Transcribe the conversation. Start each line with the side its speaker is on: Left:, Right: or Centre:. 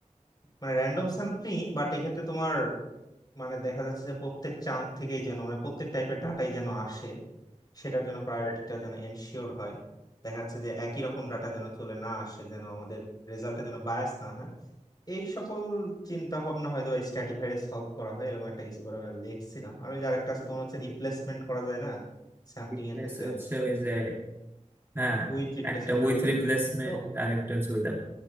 Left: মানে র্যান্ডম স্যাম্পলিং বাট এক্ষেত্রে তোমার মানে দেখা যাচ্ছে যে প্রত্যেক চাঙ্ক থেকেই যেন মানে প্রত্যেক টাইপের ডাটাই যেন আসে সেটার জন্য প্রায়োরিটিটা যেন এনশিওর হয় দেখা যাচ্ছে যে একই রকম ডাটা যেন চলে না আসে যেন আমাদের রেজাল্টটা যেন বায়াস না হয় এই সকল চিন্তা ভাবনা হয়তো স্ট্র্যাটিফাইড সলভ করা হয় এরকম একটা কিছু করে লিখছিলাম আর ওই যে আরেকটা আছে তোমার হচ্ছে রিপ্লেসমেন্ট করা যায় না স্যাম্পলিং
Right: রিপ্লেস
Left: এর ক্ষেত্রে
Right: হচ্ছে ওই যে হ্যাঁ
Left: উইথ রিপ্লেসমেন্ট
Right: একটা
Left: আর
Right: উইথ
Left: উইথ
Right: রিপ্লেসমেন্ট
Left: তো
Right: আর একটা হচ্ছে উইদাউট